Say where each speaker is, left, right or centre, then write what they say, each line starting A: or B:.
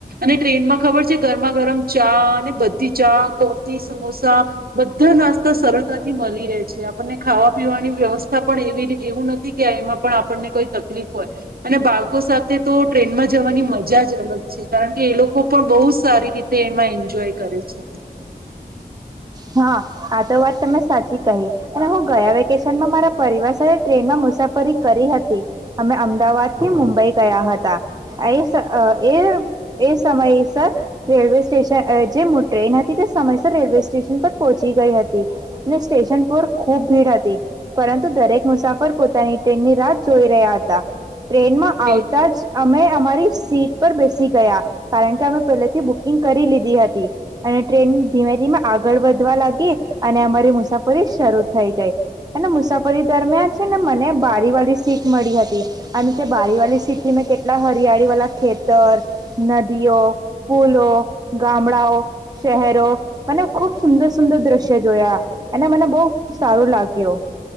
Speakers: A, on the right; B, on the right.
A: અને ટ્રેનમાં ખબર છે ગરમા ગરમ ચા અને બધી ચા કોફી સમોસા બધા નાસ્તા સરળતાથી મળી રહે છે આપણને ખાવા પીવાની વ્યવસ્થા પણ એવી એવું નથી કે એમાં પણ આપણને કોઈ તકલીફ <unintelligible> અને બાળકો સાથે તો ટ્રેનમાં જ જવાની મજા જ અલગ છે કારણ કે એ લો પણ બહુ સારી રીતે એમાં એન્જ એન્જોય કરે છે.
B: હા આ ત વાત તમે સાચી કહી અને હું ગયા વેકેશનમાં મારા પરિવાર સાથે ટ્રેનમાં મુસાફરી કરી હતી અમે અમદાવાદ થી મુંબઈ ગયા હતા એસ એ એ સમયસર રેલવે સ્ટેશન જે ટ્રેન હતી તે સમયસર રેલ્વે સ્ટેશન પર પહોચી ગઈ હતી ને સ્ટેશન પર ખુબ ભીડ હતી પરંતુ દરેક મુસાફર પોતાની ટ્રેન ની રાત જોઈ રહ્યા હતા. ટ્રેનમાં
A: બિલકુલ
B: આવતા જ અમે અમારી સીટ પર બેસી ગયા કારણ કે અમે પહેલેથી બુકિંગ કરી લીધી હતી. અને ટ્રેન ધીમે ધીમે આગળ વધવા લાગી અને અમારી મુસાફરી શરૂ થઈ ગઈ અને મુસાફરી દરમિયાન છે ને મને બારી વાળલી સીટ મળી હતી અને તે બારી વાળલી સીટ થી મેં કેટલા હરિયાળી વાલા ખેતર નદીઓ પુલો ગામડાઓ શહેરો અને ખુબ સુંદર સુંદર દ્રશ્ય જોયા અને મને બહુ સારું લાગ્યું.